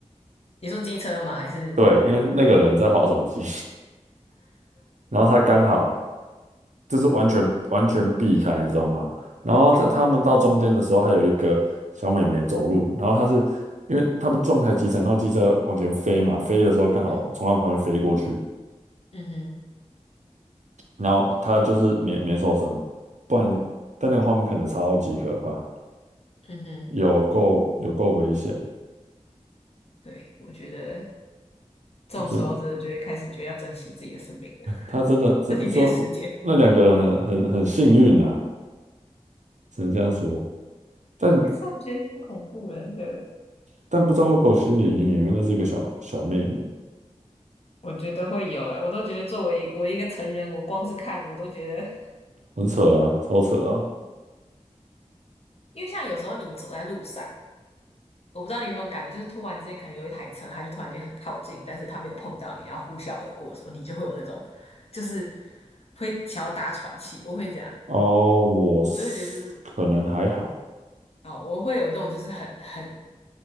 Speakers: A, on the left (about 60°); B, on the right (about 85°).
A: 你说机车吗？还是
B: 对，因为那个人在划手机，<laughs> 然后他刚好就是完全完全避开，你知道吗？然后他他们到中间的时候，还有一个小美眉走路，然后她是因为他不撞开机车，然后机车往前飞嘛，飞的时候刚好从他旁边飞过去，
A: 嗯嗯哼
B: 然后他就是没没受伤，不然但那个画面看着超级可怕，
A: 嗯哼，
B: 有够有够危险，
A: 对，我觉得这种时候真的就会开始就要珍惜自己的生命了，
B: 就真他真的真说那两个人很很很幸运呐、
A: 珍惜自己的时间。
B: 只能这样说。但
A: 可是我觉得太恐怖了，那个
B: 但不知道会不会有心理阴影，因为那是一个小小妹妹，
A: 我觉得会有诶、我都觉得作为我一个成人，我光是看我都觉得，
B: 很扯啊，超扯啊。
A: <laughs> 因为像有时候你走在路上，我不知道你有没有感觉，就是突然之间可能有一台车，它就突然间很靠近，但是它没有碰到你，然后呼啸而过的时候，你就会有那种，就是会想要大喘气。我会这样，
B: 哦，我是可能还好
A: 就会觉得就是哦，我会有那种就是很很